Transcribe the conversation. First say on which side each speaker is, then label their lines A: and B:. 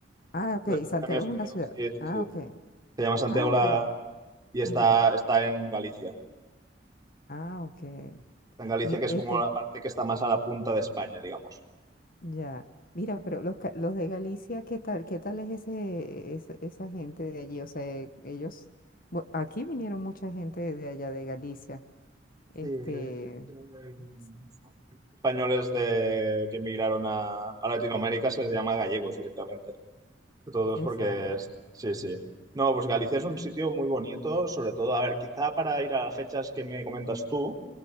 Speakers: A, on the left; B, on the right.
A: Ah, ok.
B: El
A: Santiago
B: Camino de Santiago,
A: es una ciudad.
B: sí, sí,
A: Ah,
B: sí.
A: ok.
B: Se llama Santiago
A: Ah,
B: la,
A: bueno.
B: y está,
A: Ajá.
B: está en Galicia.
A: Ah, ok.
B: Está en Galicia,
A: Mi-
B: que es
A: Este,
B: como la parte que está más a la punta de España, digamos.
A: ya. Mira, pero los, ca- los de Galicia, ¿qué tal? ¿Qué tal es ese, ese- esa gente de allí? O sea, eh, ellos, bu- aquí vinieron mucha gente de allá de Galicia. Este,
B: Sí, de hecho, en-
A: s-
B: Españoles de, que emigraron a, a Latinoamérica se les llama gallegos directamente. Todos
A: exacto.
B: porque, es- sí, sí. No, pues Galicia es un sitio muy bonito, sobre todo, a ver, quizá para ir a las fechas que me comentas tú,